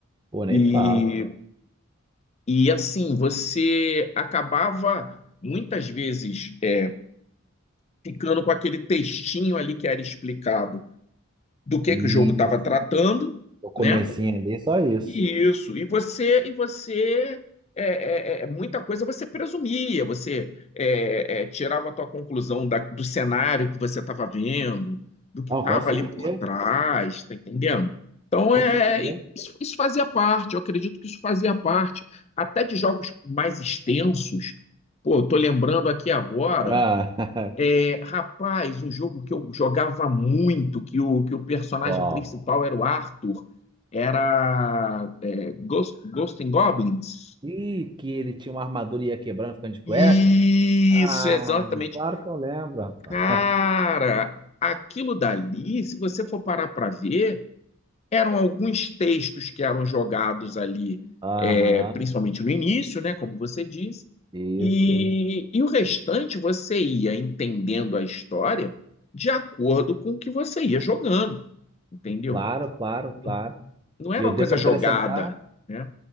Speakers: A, on the right (about 20°); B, on the left (about 30°).
A: Pô, nem
B: E,
A: fala.
B: e assim, você acabava muitas vezes é, ficando com aquele textinho ali que era explicado do que,
A: E
B: que o jogo estava tratando,
A: o comecinho
B: né?
A: ali, só isso.
B: Isso, e você, e você é, é, é, é muita coisa você presumia, você é, é, tirava a tua conclusão da- do cenário que você estava vendo, do que
A: Não,
B: estava
A: com certeza,
B: ali por trás, tá entendendo? Então
A: com
B: é
A: certeza.
B: isso, isso fazia parte, eu acredito que isso fazia parte, até de jogos mais extensos. Pô, eu tô lembrando aqui agora.
A: Ah, <laughs>
B: É, Rapaz, um jogo que eu jogava muito, que o, que o personagem
A: qual?
B: principal era o Arthur, era é, Ghost, Ghost and Goblins.
A: Ih, que ele tinha uma armadura e ia quebrando, ficando de cueca.
B: Isso,
A: Ah,
B: exatamente.
A: claro que eu lembro, rapaz.
B: Cara, aquilo dali, se você for parar para ver, eram alguns textos que eram jogados ali,
A: Aham,
B: é, principalmente no início, né, como você disse,
A: isso,
B: E,
A: isso.
B: e o restante você ia entendendo a história de acordo com o que você ia jogando, entendeu?
A: Claro, claro,
B: Não
A: claro.
B: não era
A: E eu
B: uma coisa
A: devo
B: jogada,
A: acrescentar,
B: né?